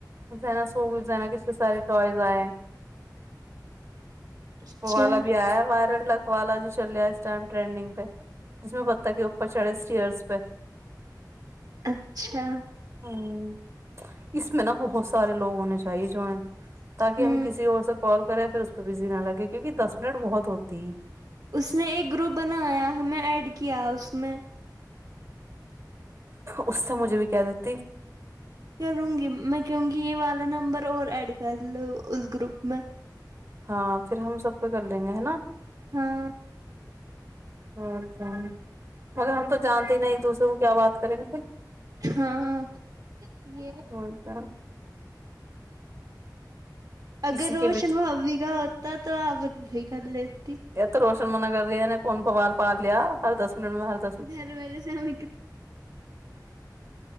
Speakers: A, on the right; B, on the right.
A: <unintelligible> زناا سو گناا کس کے سارے ٹائز آئے
B: اچھا
A: وہ والا بھی ایا ہے وائرل ڈاک والا جو چل رہا ہے اس ٹائم ٹرینڈنگ پہ جس میں بتتاخے کے اوپر چڑھے اسٹیئرس پہ
B: اچھا
A: ہوں اس میں نا بہت سارے لوگ ہونے چاہیے جوائنٹ تاکہ
B: ہوں
A: ہم کسی اور سے کال کریں پھر اس پہ بزی نہ لگے کیونکہ دس منٹ بہت ہوتی ہے
B: اس نے ایک گروپ بنایا ہمیں ایڈ کیا اس میں
A: اس سے مجھے بھی کہ دیتی
B: کروں گی میں کہوگی یہ والا نمبر اور ایڈ کر لو اس گروپ میں
A: ہاں پھر ہم سب کا کر لیں گے ہے نا
B: ہاں
A: اور شام مگر ہم تو جانتے ہی نا ایک دوسرے کو کیا بات کریں گے پھر
B: ہاں یہ
A: ہوتا
B: اگر
A: کسی کے
B: روشن
A: بھی
B: بھابی کا ہوتا تو آپ بھی کر لیتی
A: یہ تو روشن منع کر رہی ہے ان نے کون بوال پال لیا ہر دس منٹ میں ہ
B: گھر ولاے سام